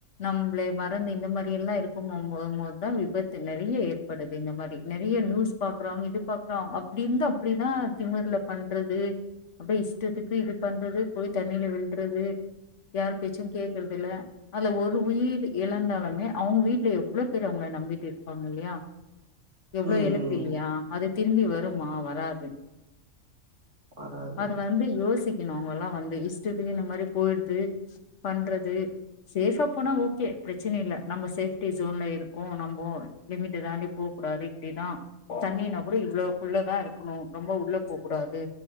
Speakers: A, on the left; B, on the right.
A: நம்பிள மறந்து இந்த மாரி எல்லா இருக்கும் போம் போதுதா விபத்து நெறைய ஏற்படுது இந்த மாரி நெறைய நியூஸ் பாக்குறோம் இது பாக்குறோம் அப்டி இருந்து அப்டிதான் திமுர்ல பண்றது அப்டியே இஷ்டத்துக்கு இது பண்றது போய் தண்ணில விழுறது யார் பேச்சும் கேக்குறது இல்ல அதுல ஒரு உயிர் இழந்தாலுமே அவுங்க வீட்ல எவ்ள பேரு அவுங்கள நம்பிட்டு இருப்பாங்க இல்லயா எவ்ளோ
B: ம்
A: எழப்பு
B: ம்
A: இல்லயா அது திரும்பி வருமா வராது
B: வராது
A: அது வந்து யோசி அவுங்கல்லா வந்து இஷ்டத்து இந்த மாரி போயிடுது பண்றது சேஃபா போனா ஓகே பிரச்சனை இல்ல நம்ம சேப்டி சோன்ல இருக்கும் நம்போ லிமிட்ட தாண்டி போக கூடாது இப்படிதான் தண்ணினா கூட இவ்ளோ குள்ளதா இருக்கணு ரொம்ப உள்ள போக் கூடாது